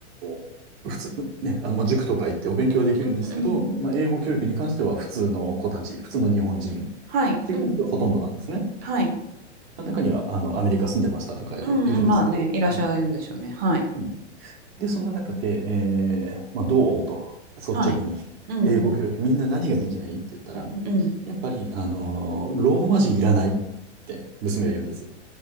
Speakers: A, on the right (about 55°); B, on the right (about 25°).
A: ー普通、ね、あの、まあ、塾とか行ってお勉強はできるんですけど、
B: うんうんうん。
A: まあ、英語教育に関しては普通の子たち、普通の日本人っ
B: はい、
A: ていう子がほとんどなんですね。
B: うんうん。はい。
A: 中には、あの、アメリカ住んでましたとかいるんですけど。
B: うんうん、まあね、いらっしゃるんでしょうね。
A: うん
B: はい。
A: うんで、そんな中で、えー、まあ、どうと、率直に、
B: はい。うんうん。
A: 英語教育、みんな何ができないって言ったら、
B: うんうん。
A: やっぱり、あのーローマ字いらないって娘が言うんです。